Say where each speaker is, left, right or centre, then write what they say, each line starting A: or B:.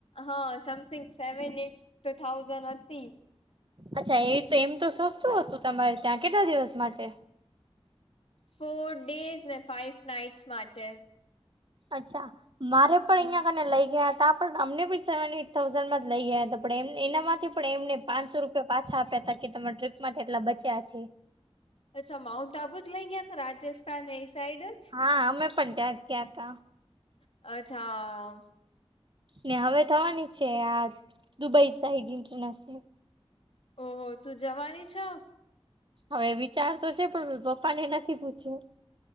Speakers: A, on the left; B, on the right.
A: હા સમથિંગ સેવન એટ તો થાઉઝન્ડ હતી.
B: અચ્છા એ તો એમ તો સસ્તું હતું તમારે ત્યાં. કેટલા દિવસ માટે?
A: ફોર ડેઝ ને ફાઈવ નાઈટ્સ માટે.
B: અચ્છા મારે પણ
A: હમ
B: અહિયાં કને લઈ ગયા તા આપણ અમને બી સેવ એટ થાઉઝન્ડ માં જ લઈ ગયા હતા પણ એમ એનામાંથી પણ એમને પાંચસો રૂપિયા પાછા આપ્યા તા કે તમારા ટ્રીપમાંથી એટલા બચ્યા છે.
A: અચ્છા માઉન્ટ આબુ જ લઇ ગયા તો રાજસ્થાન એ સાઈડ જ?
B: હા, અમે પણ ત્યાં જ ગયા તા.
A: અચ્છા અ
B: ને હવે થવાની છે આ દુબઈ સાઈડ ઈન્ટરનેશનલ.
A: ઓહો તું જવાની છો?
B: હવે વિચાર તો છે પણ મેં પપ્પાને નથી પૂછ્યું.